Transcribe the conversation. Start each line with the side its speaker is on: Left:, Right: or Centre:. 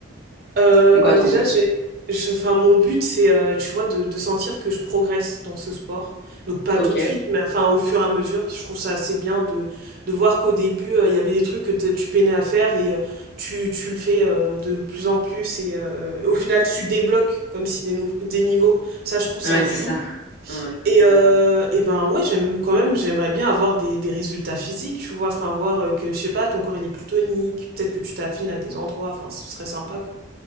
Right: Heu,
Left: c'est quoi
Right: ben,
Left: ton
Right: déjà,
Left: but
Right: j'ai je enfin, mon but, c'est, heu, tu vois, de de sentir que je progresse dans ce sport. Donc pas
Left: Ok,
Right: tout de suite, mais enfin, au fur et à mesure. Je trouve ça assez bien de de voir qu'au début, heu, il y avait des trucs que te tu peinais à faire et heu, tu tu le fais, heu, de plus en plus et heu, au final, tu débloques comme si des nouv des niveaux. Ça, je trouve ça
Left: ouais,
Right: cool.
Left: c'est ça. Ouais.
Right: Et, euh, et ben ouais, j'aime quand même, j'aimerais bien avoir des, des résultats physiques, tu vois, enfin voir euh, que, je sais pas, ton corps il est plus tonique, peut-être que tu t'affines à des endroits, enfin ce serait sympa quoi.